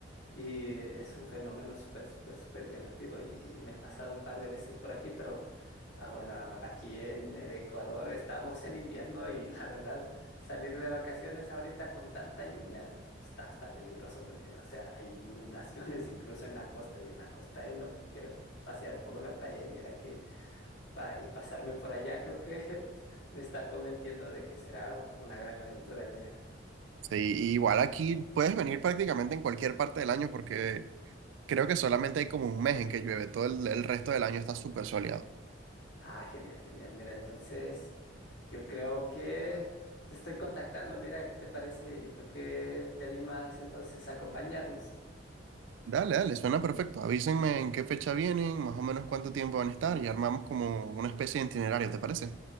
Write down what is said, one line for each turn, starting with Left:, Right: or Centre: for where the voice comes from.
Left: y es un fenómeno súper, súper, súper llamativo y me he pasado un par de veces por aquí, pero ah, bueno, a- aquí en el Ecuador estamos en invierno y <laughs> la verdad, salir de vacaciones ahorita con tanta lluvia está hasta peligroso porque, o sea, hay inundaciones <laughs> incluso en la costa y en la costa es lo que quiero es pasear un poco la playa y mira que pa- y pasarme por allá, creo que <laughs> me está convenciendo de que será una gran aventura, mira.
Right: Sí, y igual aquí puedes venir prácticamente en cualquier parte del año porque creo que solamente hay como un mes en que llueve, todo el, el resto del año está súper soleado.
Left: Ah, genial, genial. Mira, entonces yo creo que te estoy contactando, mira, ¿qué te parece? Yo creo que te animas entonces a acompañarnos.
Right: Dale, dale, suena perfecto. Avísenme en qué fecha vienen, más o menos cuánto tiempo van a estar y armamos como una especie de itinerario, ¿te parece?